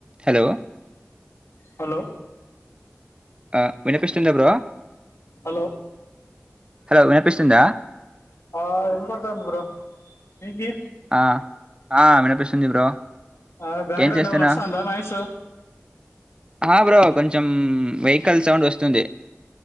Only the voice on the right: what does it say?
hello
ఆ వినిపిస్తుందా bro
hello వినిపిస్తుందా
ఆ ఆ వినిపిస్తుంది బ్రో
ఏం చేస్తునా
ఆ బ్రో కొంచెం వెహికల్ సౌండ్ వస్తుంది